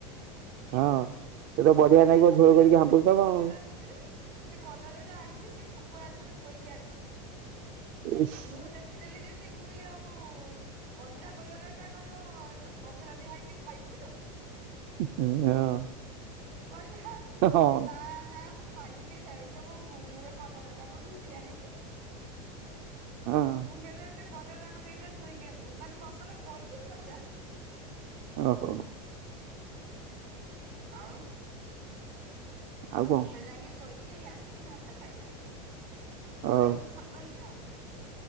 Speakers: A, on the right; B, on the right.
A: ହଁ ସେ ତ ବଢିଆ
B: ମାନେ
A: ନାଗିବ
B: ମସଲା
A: ଝୋଳ କରିକି
B: ଦେଇ
A: ହାପୁଡିଥବ
B: ଦେଇଛି କଲରା
A: ଆଉ।
B: ସେ କଲର ଟା ଆଣିକି ସେ ଶୁଖୁଆଥରେ ଥୋଇକି ଆଣିଛି।
A: ଇସ୍
B: ମୁଁ ଦେଖ ଦେଖିଦେଲି ଯେମତି ମୁଁ କହିଲି ଆଉ କଞ୍ଚା କଲରଟା କଣ ଯୋଉ ମ ସଲା ଦିଆ ହେଇଛି ଖାଇବୁ କିଲୋ।
A: <unintelligible>
B: କହିଲା
A: ହଁ
B: ନା ନା ମ ଖାଇବିନି ହେଇଲେ ମୁଁ ଭୁଲରେ କଲରା ଟାକୁ ଘିଟି ଆଣିଛି।
A: ହଁ
B: ମୁଁ କହିଲି ସେ କଲରାକୁ ନେଇଯା ଥୋଇକି ଆସିବୁ। ମାନେ ମସଲା ପଇଚି ଭଜା ହେଇନି।
A: ଓହୋ ହୋ।
B: ଆଉ
A: ଆଉ କଣ?
B: ସେ ଯାଇକି ଥୋଇକି ଏଇ ଆସିକି ଭାତ ଖାଇଲା
A: ହଉ।
B: ଖାଇ ମୁଁ ସାଙ୍ଗ ହେଇକି ଆଉ।